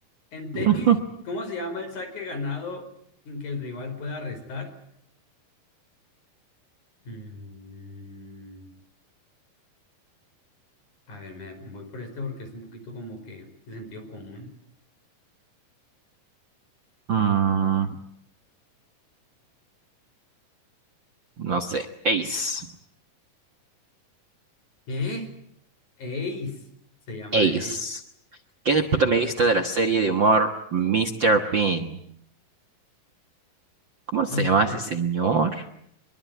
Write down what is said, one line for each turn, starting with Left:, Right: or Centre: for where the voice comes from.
Left: En tenis,
Right: <laughs>
Left: ¿cómo se llama el saque ganado sin que el rival pueda restar? Mm, a ver, me voy por este porque es un poquito como que de sentido común.
Right: Mm, no sé. Ace.
Left: ¿Qué? Ace. Se llama
Right: Ace.
Left: Ace.
Right: ¿Quién es el protagonista de la serie de humor Mr. Bean? ¿Cómo se
Left: Mister,
Right: llama ese señor?